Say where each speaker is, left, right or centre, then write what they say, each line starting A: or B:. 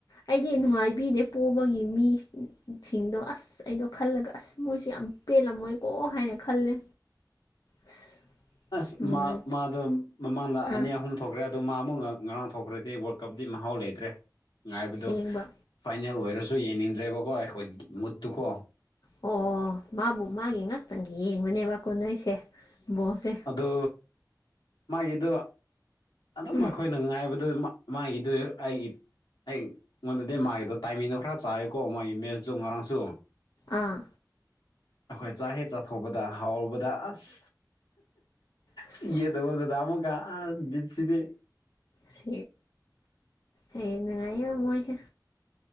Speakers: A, on the left; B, on the left.
A: ꯑꯩꯗꯤ ꯅꯨꯡꯉꯥꯏꯕꯤꯗꯦ ꯄꯣꯕꯒꯤ ꯃꯤꯁꯤꯡꯗꯣ ꯑꯁ ꯑꯩꯗꯣ ꯈꯜꯂꯒ ꯑꯁ ꯃꯣꯏꯁꯨ ꯌꯥꯝ ꯄꯦꯜꯂꯝꯃꯣꯏꯀꯣ ꯍꯥꯏꯅ ꯈꯜꯂꯦ ꯑꯁ
B: ꯑꯁ
A: ꯅꯨꯡꯉꯥꯏꯇꯦ
B: ꯃꯥꯗ ꯃꯃꯥꯡꯗ ꯑꯅꯤ
A: ꯑꯥ
B: ꯑꯍꯨꯝ ꯊꯣꯛꯈ꯭ꯔꯦ ꯑꯗꯨ ꯃꯥ ꯑꯃꯨꯛ ꯉꯔꯥꯡ ꯊꯣꯛꯈ꯭ꯔꯗꯤ ꯋꯥꯔꯜ ꯀꯞꯗꯤ ꯃꯍꯥꯎ ꯂꯩꯇ꯭ꯔꯦ ꯉꯥꯏꯕꯗꯨ
A: ꯑꯁꯦꯡꯕ
B: ꯐꯥꯏꯅꯦꯜ ꯑꯣꯏꯔꯁꯨ ꯌꯦꯡꯅꯤꯡꯗ꯭ꯔꯦꯕꯀꯣ ꯑꯩꯈꯣꯏꯒꯤ ꯃꯨꯠꯇꯨꯀꯣ
A: ꯑꯣ ꯃꯥꯕꯨ ꯃꯥꯒꯤ ꯉꯥꯛꯇꯪꯒꯤ ꯌꯦꯡꯕꯅꯦꯕ ꯀꯣꯟꯅꯩꯁꯦ ꯕꯣꯁꯦ
B: ꯑꯗꯨ ꯃꯥꯒꯤꯗꯨ ꯑꯗꯨꯝ
A: ꯎꯝ
B: ꯑꯩꯈꯣꯏ ꯑꯩꯅ ꯉꯥꯏꯕꯗꯨ ꯃꯥꯒꯤꯗꯨ ꯑꯩꯒꯤ ꯑꯩ ꯑꯩꯉꯣꯟꯗꯗꯤ ꯃꯥꯒꯤꯗꯣ ꯇꯥꯏꯃꯤꯡꯗꯣ ꯈꯔ ꯆꯥꯋꯦꯀꯣ ꯃꯥꯒꯤ ꯃꯦꯁꯇꯣ ꯉꯔꯥꯡꯁꯨ
A: ꯑꯥ
B: ꯑꯩꯈꯣꯏ ꯆꯥꯛ ꯍꯦꯛ ꯆꯥꯊꯣꯛꯄꯗ ꯍꯥꯎꯔꯨꯕꯗ ꯑꯁ
A: ꯑꯁ
B: ꯁꯤꯒ ꯇ ꯑꯣꯗ ꯇꯥꯃꯨꯒ ꯠꯁꯤꯗꯤꯦ
A: ꯁꯤ ꯍꯌꯦ ꯅꯨꯡꯉꯥꯏꯌꯦꯕ ꯃꯣꯏꯁꯦ